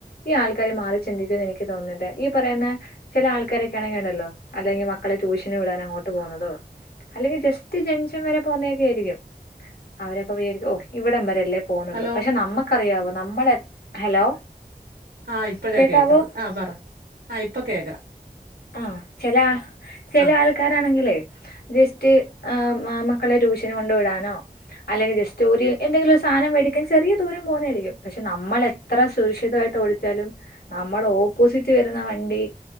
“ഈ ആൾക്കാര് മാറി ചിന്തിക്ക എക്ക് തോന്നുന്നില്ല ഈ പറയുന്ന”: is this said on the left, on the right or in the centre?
Left